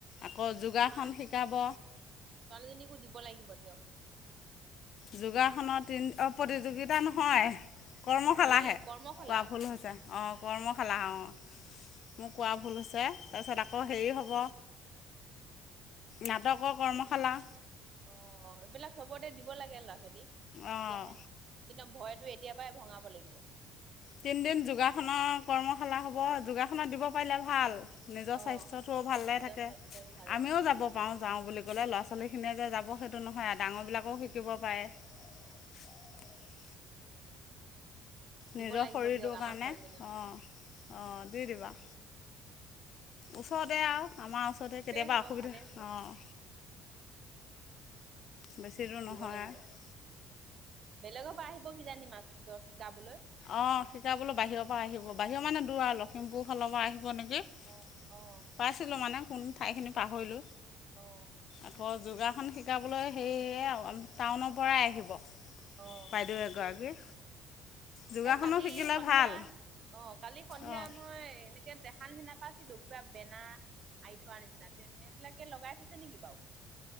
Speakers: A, on the left; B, on the right.
A: আকৌ যোগাসন
B: আমাৰ
A: শিকাব।
B: অ ছোৱালীজনীকো দিব লাগিব দিয়ক।
A: যোগাসনৰত অ প্ৰতিযোগিতা নহয়। কৰ্মশালাহে,
B: হেৰি কৰ্মশালা
A: কোৱা ভুল হৈছে, অ, কৰ্মশালা অ মোৰ
B: অ
A: কোৱা ভুল হৈছে, তাৰপিছত আকৌ হেৰি হ'ব নাটকৰ কৰ্মশালা।
B: অ এইবিলাক সবতে দিব লাগে ল'ৰা ছোৱালীক। তেতিয়াহে,
A: অঁ
B: কিন্তু ভয়টো এতিয়াৰ পৰাই ভঙাব লাগিব।
A: তিনদিন যোগাসনৰ কৰ্মশালা হ'ব যোগাসনত
B: অ
A: দিব পাৰিলে ভাল নিজৰ
B: অ
A: স্বাস্থ্যটোও ভাল লাগ
B: নিজৰ
A: থাকে
B: স্বাস্থ্যটো ভালে
A: আমিও
B: থাকিব
A: যাব
B: অ
A: পাৰোঁ যাওঁ বুলি ক'লে ল'ৰা ছোৱালীখিনিয়ে যে যাব সেইটো নহয়, আৰু ডাঙৰবিলাকো
B: অ
A: শিকিব পাৰে। <unintelligible>
B: অ দিব
A: নিজৰ
B: লাগিব
A: শৰীৰটোৰ
B: দিয়ক আমাৰ
A: কাৰণে
B: ছোৱালীজনীকো
A: অঁ অঁ দি দিবা। ওচৰতে আৰু আমাৰ ওচৰতে কেতিয়াবা
B: হ'ব
A: অসুবিধা
B: ভালেই হ'ব
A: অঁ। বেছি দূৰ
B: দিব
A: নহয়
B: লাগিব,
A: আৰু
B: অ, বেলেগৰ পৰা আহিব কিজানি মাষ্টৰ শিকাবলৈ
A: অ সিখা বোলো বাহিৰৰ পৰা আহিব বাহিৰৰ মানে দূৰ
B: অ
A: আৰু লখিমপুৰ ফালৰ পৰা আহিব নেকি। দ
B: অ অ
A: পাইছিলোঁ মানে কোন ঠাইখিনি পাহৰিলোঁ,
B: অ
A: আকৌ যোগাৰ শিকাবলৈ সেয় টাউনৰ পৰাই আহিব
B: অ
A: বাইদেউ এগৰাকী যোগাসনো
B: এ কালি
A: শিকিলে
B: সন্ধিয়া
A: ভাল
B: অ কালি সন্ধিয়া
A: অঁ
B: মই এনে। এতিয়া দেখা চিনা পাইছিলোঁ কিবা বেনাৰ। আই থোৱাৰ নিচিনা তে সেইবিলাকে লগাই থৈছে নেকি বাৰু